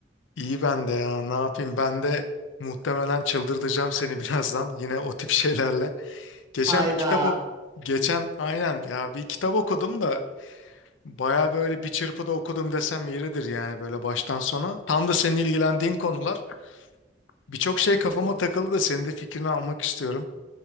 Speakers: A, on the left; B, on the right.
A: İyi ben de ya. Ne yapayım? Ben de muhtemelen çıldırtacağım seni <laughs> birazdan. Yine o tip şeylerle. Geçen
B: Hayda.
A: bir kitap ok geçen aynen ya bir kitap okudum da baya böyle bir çırpıda okudum desem yeridir yani böyle baştan sona. Tam da senin ilgilendiğin konular. Birçok
B: Çok
A: şey kafama
B: kötü.
A: takıldı da senin de fikrini almak istiyorum.